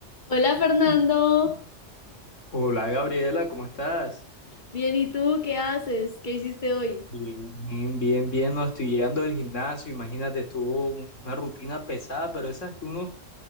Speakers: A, on the left; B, on the left.
A: Hola Fernando,
B: Hola Gabriela, ¿cómo estás?
A: bien, ¿y tú qué haces? ¿Qué hiciste hoy?
B: Bien, bien, bien, bien. No estoy llegando del gimnasio, imagínate, estuvo un- una rutina pesada, pero esas que uno